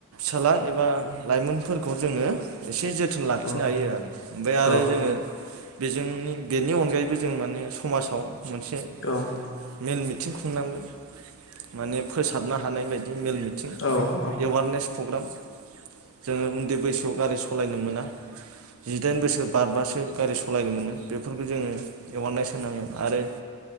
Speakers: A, on the right; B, on the left.
A: फिसाला एबा लाइमोनफोरखौ जोङो एसे जोथोन लाखिनो
B: औ
A: हायो आरो ओमफाय
B: औ
A: आरो जोङो बेजोंनि बेनि अनगायैबो जों माने समाजाव मोनसे
B: औ
A: मेल मि थिं खुंनांगोन। माने फोसाबनो हानाय बाय मेल मिथिं
B: औ औ उम औ
A: एवारनेस प्रग्राम जोङो उन्दै बैसोआव गारि स लायनो मोना जिदाइन बोसोर बारबासो गारि सलायनो मोनो। बेफोरखौ जोङो एवारनेस होनांगोन आरो